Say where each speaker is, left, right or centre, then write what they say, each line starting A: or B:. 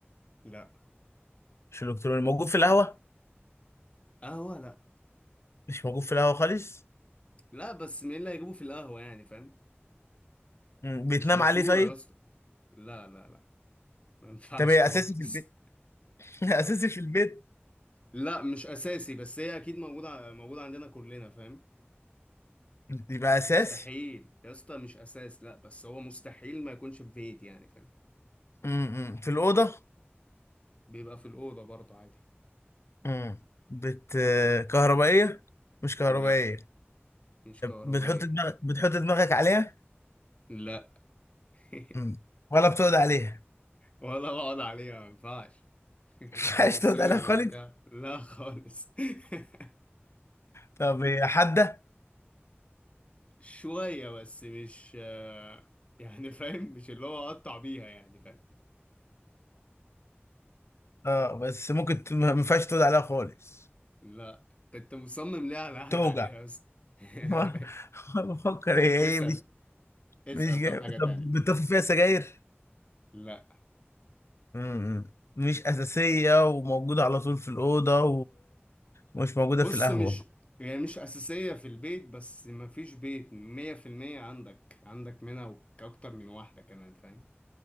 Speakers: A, on the left; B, on the left.
A: لا
B: مش الكتروني موجود في القهوه
A: قهوة لا
B: مش موجود في القهوه خالص
A: لا بس مين اللي هيجيبه في القهوة يعني فاهم
B: مم. بيتنام
A: مش مشهورة
B: عليه طيب
A: يا اسطى لا لا لا ما ينفعش
B: طب إيه
A: خالص
B: اساسي في البيت <laughs> اساسي في البيت
A: لا مش اساسي بس هي اكيد موجوده موجوده عندنا كلنا فاهم
B: يبقى اساسي
A: مستحيل يا اسطى مش اساس لا بس هو مستحيل ما يكونش في بيت يعني فاهم
B: مم. في الاوضه
A: بيبقى في الاوضه برضه عادي
B: مم. بت كهربائيه مش كهربائيه
A: لا مش كهربائي
B: بتحط دماغك بتحط دماغك عليها
A: لا <laughs>
B: مم. ولا بتقعد عليها
A: ولا بقعد عليها ما ينفعش <laughs>
B: <laughs>
A: انت
B: مش
A: هتصدم
B: عايز تقعد عليها خالص
A: لما تعرف لا خالص <laughs>
B: طب هي حاده
A: شويه بس مش آه، يعني فاهم مش اللي هو اقطع بيها يعني فاهم
B: اه بس ممكن ت- ما ما ينفعش تقعد عليها خالص
A: لا انت أنت مصمم ليه على قاعد
B: توجع
A: عليها يا اسطى <laughs>
B: <laughs> بفكر هي
A: اسأل
B: ايه
A: اسأل
B: مش جاي
A: طب حاجة
B: طب
A: تانية
B: بتطفي فيها سجاير
A: لا
B: امم مش أساسية وموجودة على طول في الأوضة ومش موجودة
A: بص
B: في القهوة
A: مش يعني مش أساسية في البيت بس مفيش بيت مية في المية عندك عندك منها وك- أكتر من واحدة كمان فاهم